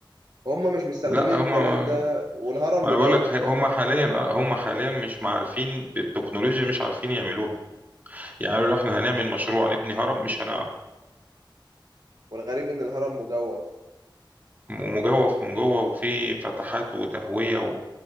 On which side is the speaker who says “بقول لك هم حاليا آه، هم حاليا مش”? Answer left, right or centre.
Right